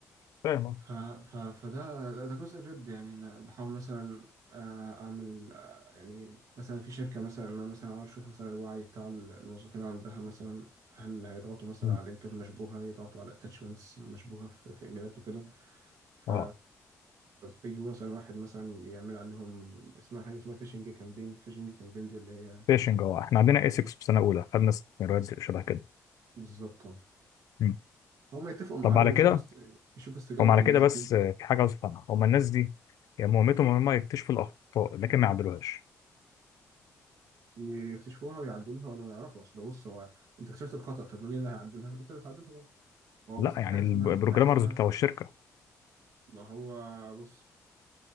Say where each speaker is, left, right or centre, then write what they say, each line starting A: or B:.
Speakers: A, on the left; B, on the right.
A: فاهم اه
B: ف... ف... فده ده ده جزء الرد يعني ان بحاول مثلا آه، اعمل آه، يعني مثلا في شركه مثلا إن انا مثلا عاوز اشوف مثلا الوعي بتاع الموظفين عندها مثلا هل هيضغطوا مثلا
A: مم.
B: على لينكات مشبوهه يضغطوا على اتاتشمنتس مشبوهه في, في ايميلات وكده ف
A: اه
B: بيجيبوا مثلا واحد مثلا يعمل عليهم اسمها حاجه اسمها فيشنج كامبين فيشنج كامبين دي اللي هي
A: فيشنج اه احنا عندنا اسكس في سنه اولى خدنا سيناريوهات شبه كده
B: بالظبط آه.
A: مم.
B: هم يتفقوا معاه
A: طب على
B: ويشوفوا
A: كده
B: است... يشوفوا استجابة
A: هم على
B: الناس
A: كده بس
B: دي
A: آه، في حاجه عاوز افهمها هم الناس دي يعني مهمتهم ان هم يكتشفوا الاخطاء لكن ما يعدلوهاش
B: يكتشفوها ويعدلوها ولا يعرفوا اصل بص هو انت اكتشفت الخطأ طب مين اللي هيعدلها؟ انت اللي هتعدلها بقى هو
A: لا
B: بص
A: يعني
B: في حاجة
A: البروجرامرز
B: اسمها في حاجة اسمها
A: بتوع الشركه
B: ما هو بص